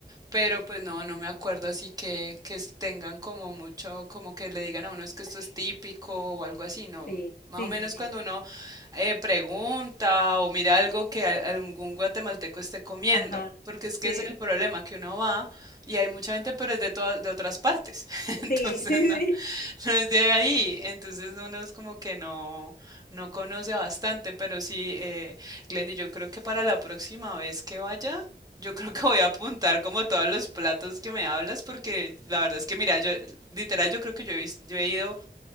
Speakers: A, on the right; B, on the left.
A: pero pues no, no me acuerdo así que, que s- tengan como mucho, como que le digan a uno es que esto es típico o algo así, no.
B: sí,
A: Más
B: sí,
A: o menos
B: sí, sí.
A: cuando uno eh, pregunta o mira algo que a- algún guatemalteco esté comiendo,
B: Ajá,
A: porque es que
B: sí,
A: ese es el problema, que uno va. Y hay mucha gente, pero es de todas, de otras partes. <laughs> Entonces
B: sí, sí,
A: no,
B: sí.
A: no es de ahí. Entonces uno es como que no, no conoce bastante. Pero sí, eh, Glendy, yo creo que para la próxima vez que vaya, yo creo que voy a apuntar como todos los platos que me hablas, porque la verdad es que, mira, yo, literal, yo creo que yo he vis- yo he ido